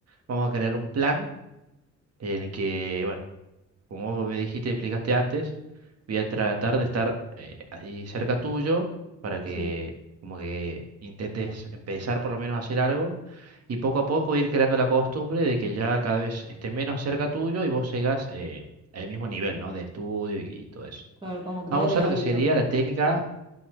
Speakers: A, on the right (about 55°); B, on the right (about 15°).
A: Vamos a crear un plan en el que, bueno, como vos me dijiste y explicaste antes, voy a tratar de estar eh, ahí cerca tuyo para que
B: Sí,
A: como que intentes empezar por lo menos a hacer algo y poco a poco ir creando la costumbre de que ya cada vez esté menos cerca tuyo y vos sigas eh, al mismo nivel, ¿no? De estudio y todo eso.
B: claro, como crear
A: Vamos a usar
B: el hábito.
A: lo que sería la técnica,